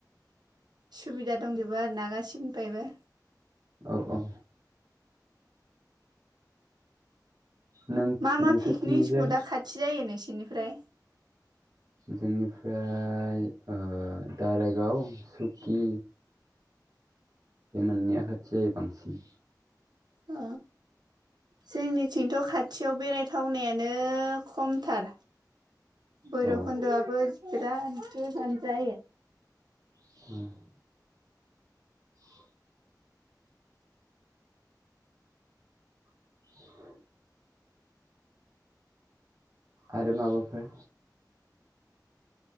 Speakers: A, on the right; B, on the right.
A: सुबिदा दंजोबो आर ना गासिनिफ्रायबो?
B: औ औ। नों
A: मा मा
B: नोंसोरथिंजाय
A: पिकनिक स्पदा खाथि जायो नोंसिनिफ्राय?
B: जोंनिफ्राय ओ दारागाव सुकि बे मोननैया खाथि जायो बांसिन।
A: अ जोंनिथिंथ' खाथियाव बेरायथावनायानो खमथार। भैरबकुन्द'याबो
B: औ
A: बिराद गोजान जायो।
B: <unintelligible> औ <inaudible> आरो माबाफोर